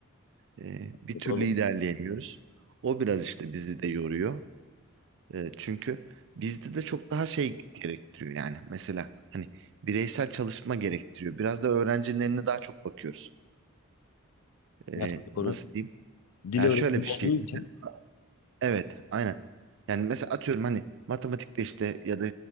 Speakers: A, on the right (about 60°); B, on the left (about 80°).
A: Ee, bir
B: E,
A: türlü
B: Doğru.
A: ilerleyemiyoruz. O biraz işte bizi de yoruyor. E, çünkü bizde de çok daha şey gerektiriyor yani. Mesela hani bireysel çalışma gerektiriyor. Biraz da öğrencinin eline daha çok bakıyoruz. E,
B: Yani
A: nasıl
B: doğru.
A: diyeyim?
B: Dil
A: Yani
B: öğretimi
A: şöyle bir
B: olduğu
A: şey.
B: için
A: Mesela, evet, aynen. Yani mesela atıyorum hani matematikte işte ya da